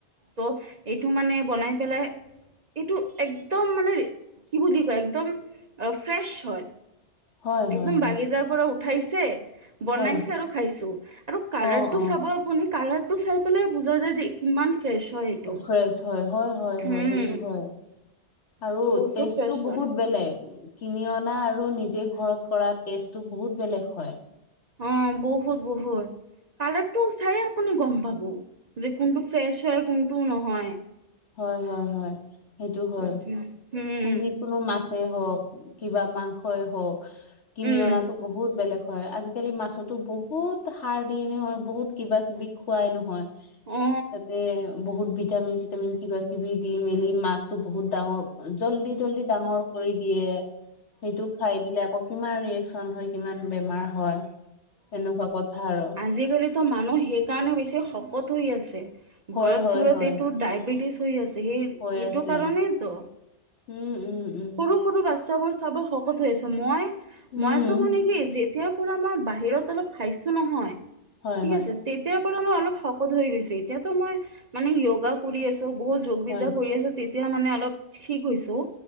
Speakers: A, on the right; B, on the left.
A: ত' এইটো মানে বনাই পেলাই এইটো এক একদম মানে কি বুলি কয়, একদম ফ্ৰেছ হয়।
B: হয়,
A: একদম
B: হয়, হয়,
A: বাগিচাৰ পৰা উঠাইছে বনাইছে
B: হয়,
A: আৰু খাইছো আৰু কালাৰ
B: অ',
A: টো চাব আপুনি কালাৰটো চাই পেলাই বুজা যায় যে কিমান ফ্ৰেছ হয় এইটো
B: উ চইছ হয়, হয়, হয়,
A: উম
B: হয় সেইটো হয়। আৰু
A: বহুত
B: টেষ্ট
A: ফ্ৰেছ
B: টো বহুত
A: হয়
B: বেলেগ। কিনি অনা আৰু নিজে ঘৰত কৰা টেষ্টটো বহুত বেলেগ হয়।
A: অ' বহুত বহুত কালাৰ টো চাইয়ে আপুনি গ'ম পাব। যে কোনটো ফ্ৰেছ হয়, কোনটো নহয়।
B: হয়, হয়, হয়। সেইটো হয়।
A: উম
B: যিকোনো মাছে হওঁক। কিবা মাংসই হওঁক, কিনি
A: উম
B: অনাতো বহুত বেলেগ। হয়, আজিকালি মাছতো বহুত সাৰ দিয়ে নহয়, বহুত কিবা কিবি খোৱাই নহয়।
A: অ
B: তাতে বহুত ভিটামিন চিটামিন কিবা কিবি দি মেলি মাছতো বহুত ডাঙৰ জল্দি জল্দি ডাঙৰ কৰি দিয়ে, সেইটো খাই দিলে আকৌ কিমান ৰিয়েকচন হয়, কিমান বেমাৰ হয় তেনেকুৱা কথা আৰু।
A: আজিকালিটো মানুহ সেইকাৰণে বেছি শকত হৈ আছে,
B: হয়
A: ঘৰত
B: হয়
A: ঘৰত
B: হয়
A: এইটো ডায়েবেটিছ <unintelligible> সেইটো
B: হৈ আছে
A: কাৰণেইতো।
B: উম উম উম
A: সৰু সৰু বাচ্ছাবোৰ চাব শকত হৈ আছে, মই-মইতো
B: উম
A: মানে কি যে তেতিয়াৰ পৰা মই বাহিৰত অলপ খাইছো নহয়,
B: হয়
A: ঠিক
B: হয়
A: আছে তেতিয়াৰ প পৰা মই অলপ শকত হৈ গৈছো, এতিয়াতো মই মানে য়োগা কৰি আছো, বহুত যোগ
B: হয়
A: বিদ্যা কৰি আছো এতিয়া মানে অলপ থিক হৈছো,